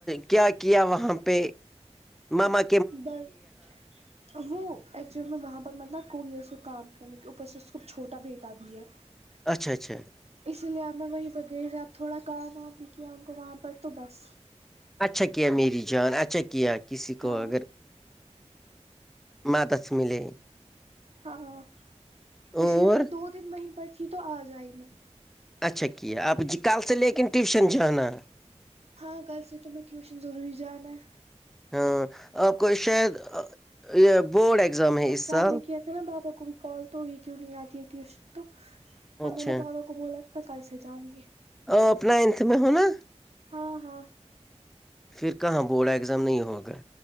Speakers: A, in the centre; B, on the right (about 65°).
A: کیا کیا وہاں پہ مما
B: بند <unintelligible> وہ ایکچولی وہاں پر مطلب کوئیئ کو کام کرنے کے اوپر سے اس چھوٹا بیٹا بھی ہے نے <inaudible>
A: اچھا اچھا
B: اسی لیے اب میں وہیں پرہ گئی ج اب تھوڑا کام وام بھی کیا ان کو وہاں پر تو بس
A: اچھا کیا میری جان اچھا کیا کسی
B: ہاں
A: کو اگر م تس ملے <unintelligible>
B: ہاں اس
A: اور
B: لیے میں دو دن وہیں پر تھی تو آ جائی میں
A: اچھا کیا آپ کل سے لے کےن ٹیوشن جانا
B: ہاں کل سےر تو میں ٹیوشن ضوری جانا ہے
A: ہاں آپ کو شاید یہ بورڈ ایگزام ہے
B: ہاں
A: اس
B: سر
A: سال
B: نے کیا تھا نا بابا کو بھی کال تو یہ کیوں نہیں آتی ہے ٹیوشن تو ہ
A: اچھا
B: میں نے بابا کو کو بولا تو میں کل سے جؤں گی <unintelligible>
A: اورو اپ نائنتھ میں ہوناا
B: ہاں ہاں
A: پھر کہاں بورڈ ایگزام نہیں ہو گا